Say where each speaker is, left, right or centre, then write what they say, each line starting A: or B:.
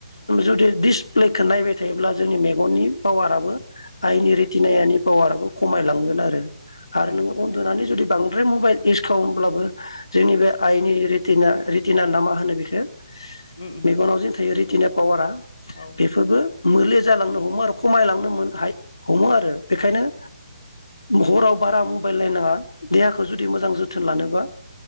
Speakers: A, on the left; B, on the left.
A: जुदि दिसप्लेखौ नायबाय थायोब्ला जोंनि मेगननि पावाराबो आयनि रित नि पावाराबो खमायलांगोन आरो आरो
B: उम
A: नोङो उन्दुनानै जुदि बां आरो मबाइल इउस खालामब्लाबो जोंनि बे आइनि रितना रिटिना ना मा होनो बेखो
B: उम उम
A: मेगनाव जों थायो
B: नंगौ
A: रिटिना पावारा
B: औ
A: बेफोरबो मोले जालांनो हमो आरो खमायलांनो मोन हमो आरो बेखायनो हराव बारा मबाइल नायनाङा देहाखौ जुदि मोजां जोथोन लानोबा